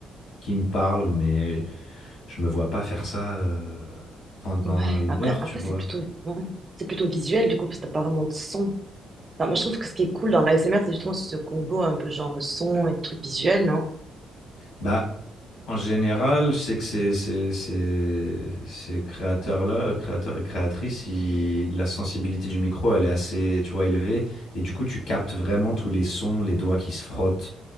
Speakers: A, on the left; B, on the right.
A: qui me parle, mais. Je me vois pas faire ça euh, pendant
B: Ouais,
A: une
B: mais après,
A: heure, tu
B: après
A: vois.
B: c'est plutôt, ouais, c'est plutôt visuel du coup, parce que t'as pas vraiment de son. Enfin, moi, je trouve que ce qui est cool dans l'ASMR, c'est justement ce combo un peu genre son et truc visuel, non?
A: Bah, en général, je sais que ces, ces, ces, ces créateurs-là, créateurs et créatrices, ils- la sensibilité du micro, elle est assez, tu vois, élevée. Et du coup, tu captes vraiment tous les sons, les doigts qui se frottent,